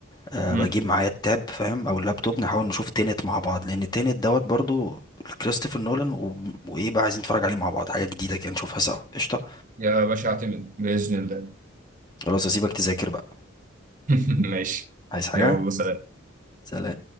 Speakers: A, on the left (about 20°); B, on the right (about 40°).
A: أه
B: امم
A: بجيب معايا التاب فاهم او اللابتوب نحاول نشوف تينت مع بعض لان تينت دوت برضو كريستوفر نولان و... وايه بقى عايزين نتفرج عليه مع بعض حاجه جديده كده نشوفها سوا قشطه
B: يا باشا اعتمد باذن الله
A: خلاص اسيبك تذاكر بقى
B: <laughs> ماشي
A: عايز حاجه
B: يلا سلام
A: سلام